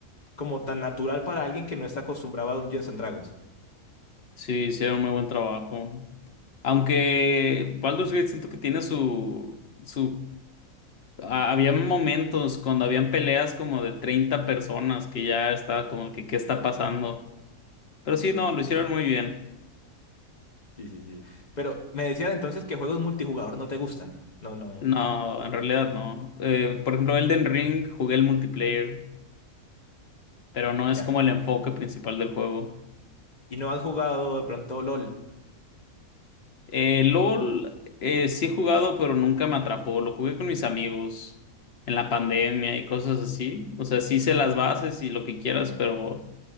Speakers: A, on the left; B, on the left.
A: como tan natural para alguien que no está acostumbrado a Dungeons and Dragons.
B: sí, hicieron muy buen trabajo. Aunque Baldur's Gate siento que tiene su, su... a- Había momentos cuando habían peleas como de 30 personas que ya estaba como que, ¿qué está pasando? Pero sí, no, lo hicieron muy bien.
A: Sí, sí, sí. Pero me decías entonces que juegos multijugador no te gustan. No, no,
B: No, en realidad no. Eh, por ejemplo, Elden Ring jugué el multiplayer, pero no es
A: ya.
B: como el enfoque principal del juego.
A: ¿Y no has jugado de pronto LOL?
B: Eh, LOL eh, sí he jugado, pero nunca me atrapó. Lo jugué con mis amigos en la pandemia y cosas así. O sea, sí hice las bases y lo que quieras, pero